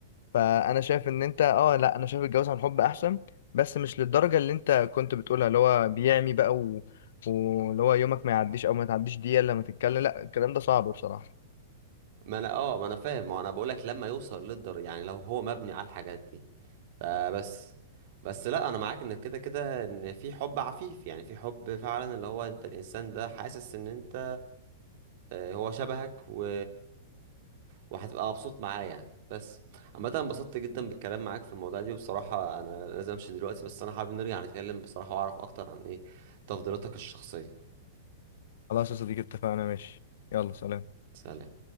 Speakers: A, on the left; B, on the right.
A: فانا شايف ان انت اه لا انا شايف الجواز عن حب احسن بس مش للدرجه اللي انت كنت بتقولها اللي هو بيعمي بقى و... واللي هو يومك ما يعديش او ما تعديش دقيقه إلا لما تتكلم لا الكلام ده صعب بصراحه
B: ما انا اه ما انا فاهم ما انا بقولك لما يوصل للدر يعني لو هو مبني على الحاجات دي فبس بس لا انا معاك ان كده كده ان في حب عفيف يعني في حب فعلا اللي هو انت الانسان ده حاسس ان انت آه، هو شبهك و وهتبقى مبسوط معاه يعني بس عامة أنا انبسطت جدا بالكلام معاك في الموضوع دي وبصراحة انا لازم امشي دلوقتي بس انا حابب نرجع نتكلم بصراحة واعرف اكتر عن ايه تفضيلاتك الشخصية
A: خلاص يا صديقي اتفقنا ماشي يلا سلام
B: سلام